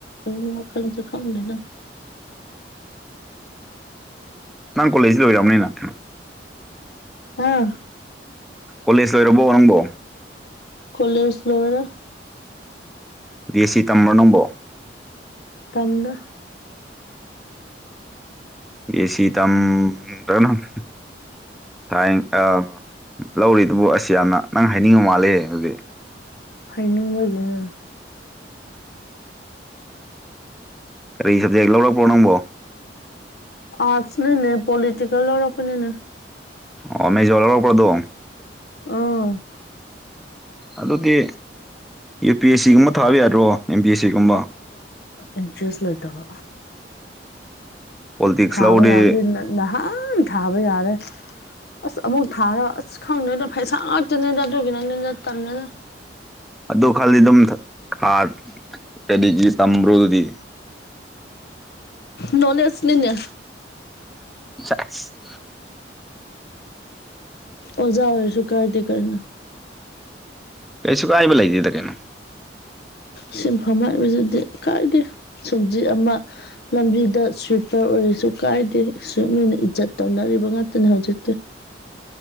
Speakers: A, on the left; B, in the centre.
A: ꯑꯣ ꯋꯥꯈꯟꯁꯤ ꯈꯪꯗꯦꯗ
B: ꯅꯪ ꯀꯣꯂꯖꯇꯤꯗ ꯂꯣꯏꯔꯕꯅꯤꯅ ꯀꯩꯅꯣ
A: ꯑꯥ
B: ꯀꯣꯂꯦꯖ ꯂꯣꯏꯔꯕꯣ ꯅꯪꯕꯣ
A: ꯀꯣꯂꯦ ꯂꯣꯏꯔꯦ
B: ꯗꯤ ꯑꯦ ꯁꯤ ꯇꯝꯕ꯭ꯔꯣ ꯅꯪꯕꯣ
A: ꯇꯝꯃꯦ
B: ꯕꯤ ꯑꯦ ꯁꯤ ꯇꯝꯗꯔꯅꯪ ꯁꯥꯏ ꯑꯃꯥ ꯂꯧꯔꯤꯗꯨꯕꯨ ꯑꯁ ꯌꯥꯝꯅ ꯅꯪ ꯍꯥꯏꯅꯤꯡ ꯃꯥꯂꯦ ꯍꯧꯖꯤꯡ
A: ꯍꯥꯏꯅꯤꯡꯕ ꯑꯣꯏꯕꯅꯦ
B: ꯀꯔꯤ ꯁꯕꯖꯦꯛ ꯂꯧꯔꯛꯄ꯭ꯔꯣ ꯅꯪꯕꯣ
A: ꯑꯔꯠꯁꯅꯦ ꯄꯣꯂꯤꯇꯤꯦꯜ ꯂꯩꯔꯛ ꯄꯅꯦ
B: ꯑꯣ ꯃꯦꯖꯔꯂꯔꯔꯗꯣ
A: ꯎꯝ
B: ꯑꯗꯨꯗꯤ ꯌꯨ ꯄꯤ ꯑꯦꯁ ꯁꯤꯒꯨꯝꯕ ꯊꯥꯕ ꯌꯥꯗ꯭ꯔꯣ ꯑꯦꯝ ꯄꯤ ꯑꯦꯁ ꯁꯤꯒꯨꯝꯕ
A: ꯏꯟꯇꯔꯦꯁ ꯂꯩꯇꯕ
B: ꯄꯣꯂꯤꯇꯤꯛꯁ
A: ꯊꯥꯕꯌꯥꯕꯗꯨ
B: ꯂꯧꯔꯗꯤ
A: ꯅꯍꯥꯟꯅ ꯊꯥꯕꯌꯥꯔꯦ ꯑꯁ ꯑꯃꯨꯛ ꯊꯥꯔ ꯑꯁ ꯈꯪꯗꯣꯏꯗ ꯐꯩꯁꯥ ꯉꯥꯛꯇꯅꯤꯗ ꯑꯗꯨꯒꯤꯅꯦ ꯑꯗꯨꯅ ꯇꯟꯕꯅꯦ
B: ꯑꯗꯨ ꯈꯜꯂꯤ ꯑꯗꯨꯝ ꯈꯔ ꯀꯗꯤꯁꯤ ꯇꯝꯕ꯭ꯔꯨꯗꯤ
A: ꯅꯣꯂꯦꯖꯅꯤꯅꯦ
B: ꯆ <inaudible>
A: ꯑꯣꯖꯥ ꯑꯣꯏꯔꯁꯨ ꯀꯥꯏꯗꯦ ꯀꯩꯏꯅꯣ
B: ꯀꯩꯁꯨ ꯀꯥꯏꯕ ꯂꯩꯇꯦꯗ ꯀꯩꯅꯣ
A: ꯁꯤꯟꯐꯝ ꯍꯥꯏꯕꯁꯤꯗꯤ ꯀꯥꯏꯗ ꯁꯨꯝꯖꯤ ꯑꯃ ꯂꯝꯕꯤꯗ ꯁ꯭ꯋꯤꯞꯄꯔ ꯑꯣꯏꯔꯁꯨ ꯀꯥꯏꯗꯦ ꯁ꯭ꯋꯤꯞ ꯃꯤꯅ ꯏꯖꯠ ꯇꯧꯅꯔꯤꯕ ꯉꯥꯛꯇꯅꯦ ꯍꯧꯖꯤꯛꯇꯤ